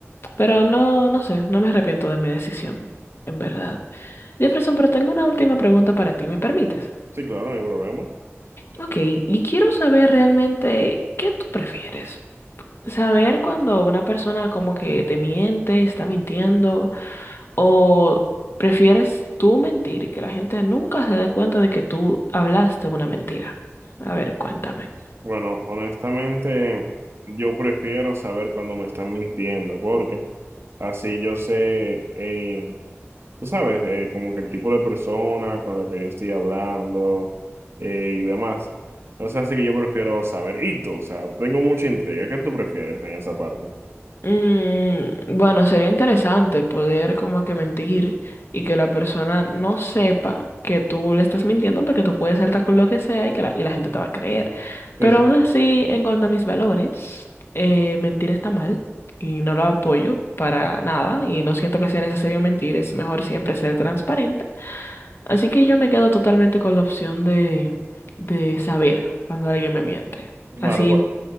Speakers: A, on the left (about 55°); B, on the right (about 60°).
A: Pero no, no sé, no me arrepiento de mi decisión, en verdad. Jefferson, pero tengo una última pregunta para ti, ¿me permites?
B: Sí, claro, no hay problema.
A: Ok, y quiero saber realmente qué tú prefieres. Saber cuando una persona como que te miente, está mintiendo ¿O prefieres tú mentir y que la gente nunca se dé cuenta de que tú hablaste una mentira? A ver, cuéntame.
B: Bueno, honestamente, yo prefiero saber cuando me están mintiendo, porque así yo sé. eh, Tú sabes, eh, como que el tipo de persona con la que yo estoy hablando eh, y demás. Entonces, así que yo prefiero saber y o sea, tengo mucha intriga. ¿Qué tú prefieres en esa parte?
A: Mm, bueno, sería interesante poder como que mentir y que la persona no sepa que tú le estás mintiendo porque tú puedes saltar con lo que sea y que la, y la gente te va a creer.
B: Sí,
A: Pero
B: sí,
A: aún así, en cuanto a mis valores, eh, mentir está mal y no lo apoyo para nada y no siento que sea necesario mentir, es mejor siempre ser transparente. Así que yo me quedo totalmente con la opción de, de saber cuando alguien me miente.
B: claro,
A: Así
B: pues,